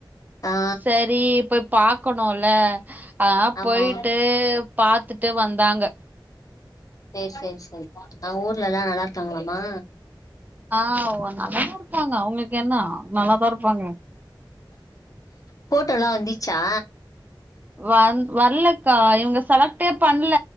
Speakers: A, on the left (about 45°); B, on the right (about 20°).
A: ஆ
B: சரி இப்ப பாக்கணுல ஆ
A: ஆமா
B: போயிட்டு பாத் ட்டு வந்தாங்க
A: சேரி சேரி சேரி அங்க ஊர்லலா நல்லா இருக்காங்களாமா
B: ஆ நல்லாதா இருப்பாங்க அவங்களுக்கு என்ன நல்லாதா இருப்பாங்க
A: போட்டோலா வந்துச்சா
B: வந் வரலக்கா இவங்க செலக்டே பண்ணல